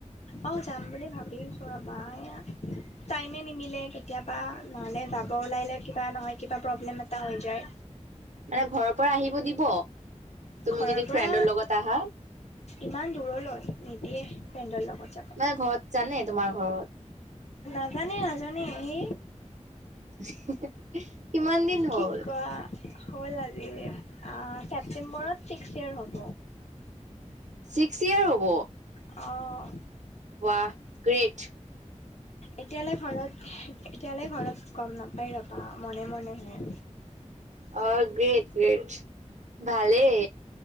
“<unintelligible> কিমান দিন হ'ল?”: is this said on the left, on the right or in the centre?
Right